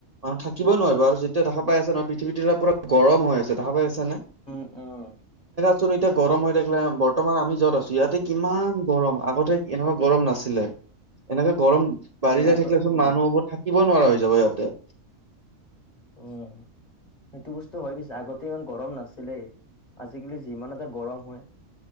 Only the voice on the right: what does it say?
মানুহ থাকিবই নোৱাৰাৰে বাৰ আৰু যেতিয়া দেখা পাই আছে নহয় পৃথিৱীটো এ পুৰা গৰম হৈ আছে দেখা পাই আছে নে
চোন এতিয়া গৰম হৈ থাকিলে বৰ্তমান আমি যত আছো, ইয়াতে কিমান গৰম, আগতে এনেকুৱা গৰম নাছিলে। এনেকে গৰম
বাঢ়ি যাই
থাকিলেচোন
মানুহবোৰ থাকিবই নোৱাৰা হৈ যাব ইয়াতে।